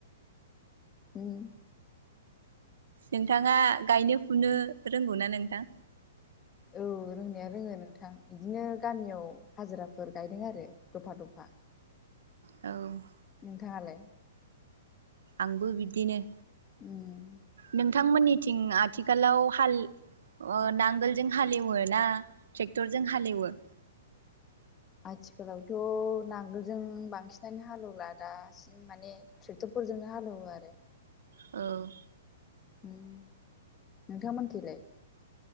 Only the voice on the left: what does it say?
उम
औ रोंनाया रोङो नोंथां बिदिनो गामियाव हाजिराफोर गायदों आरो द'फा द'फा।
नोंथाङालाय?
उम
आथिखालावथ' नांगोलजों बांसिनानो हालेवला दा बि माने ट्रेक्टरफोरजोंनो हालेवो आरो।
उम नोंथांमोनखलाय?